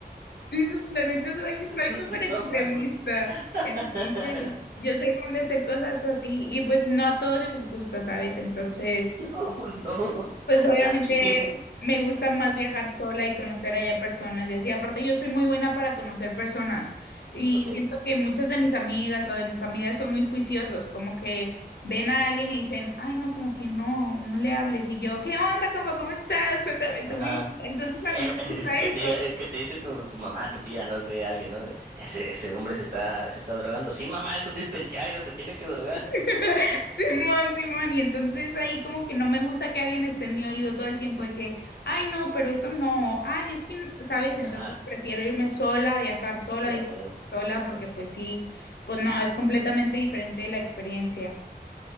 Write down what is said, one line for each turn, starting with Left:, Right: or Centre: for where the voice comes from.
Left: Sí, soy- la neta soy, soy
Right: <laughs>
Left: súper extremista.
Right: No mames. <laughs>
Left: Entonces, yo soy fan de hacer cosas así y pues no a todos les gusta, ¿sabes? Entonces...
Right: No, pues no.
Left: Pues
Right: <laughs>
Left: obviamente
Right: ¿Qué?
Left: me gusta más viajar sola y conocer allá personas y así. Aparte, yo soy muy buena para conocer personas y
Right: Ok,
Left: siento que muchas de mis amigas o de mi familia son muy juiciosos, como que ven a alguien y dicen, ay, no, como que no, no le hables. Y yo, ¿qué onda, compa? ¿Cómo estás? Cuéntame tu
Right: ajá.
Left: vida. Entonces, a
Right: Eh,
Left: mí me gusta
Right: <laughs> que
Left: eso.
Right: te diga, eh, que te dice tu, tu mamá, tu tía, no sé, alguien, ¿no? De, Ese, ese hombre se está, se está drogando. Sí, mamá, es un dispensario, se tiene que drogar.
Left: <laughs> Simón, Simón, y entonces ahí como que no me gusta que alguien esté en mi oído todo el tiempo de que, ay, no, pero eso no, ay, es que, ¿sabes? Entonces
Right: Ajá,
Left: prefiero irme sola, viajar sola,
Right: tía,
Left: disfrutar
Right: huevo.
Left: sola, porque pues sí, pues no, es completamente diferente la experiencia.